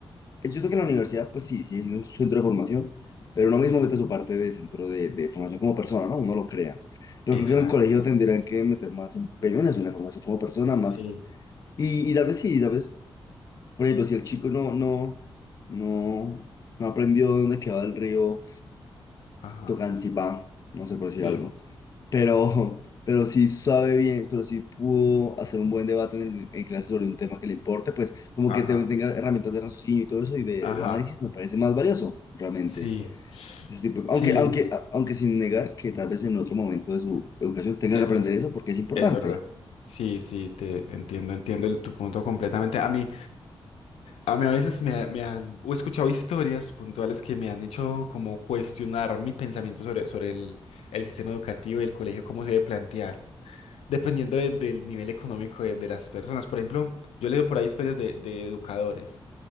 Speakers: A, on the left; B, on the left.
A: eh, Yo creo que la universidad, pues sí, sí, es un centro de formación, pero uno mismo
B: Ujú.
A: mete su parte de centro de, de formación como persona, ¿no? Uno lo crea. Pero
B: Exacto.
A: creo que en el colegio tendrían que meter más empeño en eso, en la formación como persona,
B: Sí.
A: más. Y, y tal vez sí, tal vez, por ejemplo, si el chico no, no, no, no aprendió dónde quedaba el río
B: Ajá.
A: Tocancipá, no sé por
B: Sí.
A: decir algo, pero, pero si sabe bien, pero si pudo hacer un buen debate en, el- en clase sobre un tema que le importe, pues como
B: Ajá.
A: que te- tenga herramientas de raciocinio y todo eso y de,
B: Ajá.
A: de análisis me parece más valioso, realmente.
B: Sí.
A: Ese tipo,
B: Sí.
A: aunque, aunque, a- aunque sin negar que tal vez en otro momento de su educación tenga
B: Es
A: que aprender
B: verdad.
A: eso porque es importante.
B: Es verdad. Sí, sí, te entiendo, entiendo el- tu punto completamente. A mí. A mí a veces me, me han, o he escuchado historias puntuales que me han hecho como cuestionar mi pensamiento sobre, sobre el, el sistema educativo y el colegio, cómo se debe plantear dependiendo de- del nivel económico de, de las personas. Por ejemplo, yo he leído por ahí historias de, de educadores